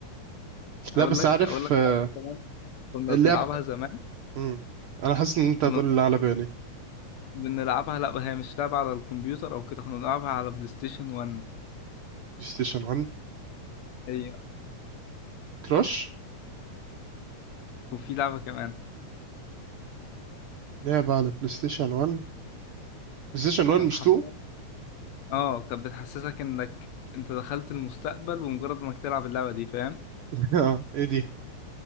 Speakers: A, on the left; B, on the right.
A: اقول
B: لا بس
A: لك
B: عارف
A: اقول لك
B: آه،
A: لعبة كمان كنا
B: اللعب
A: بنلعبها زمان
B: مم. انا حاسس ان انت هتقول
A: كنا
B: اللي على بالي بلاي
A: بنلعبها لا هي مش لعبة على الكمبيوتر او كده احنا بنلعبها على بلاي ستيشن 1
B: ستيشن 1
A: هي
B: كراش
A: وفي لعبة كمان
B: لعبة على بلاي ستيشن 1 بلاي ستيشن 1
A: كانت
B: مش
A: حرفيا
B: 2
A: اه كانت بتحسسك انك انت دخلت المستقبل ومجرد انك تلعب اللعبة دي فاهم
B: <laughs> اه ايه دي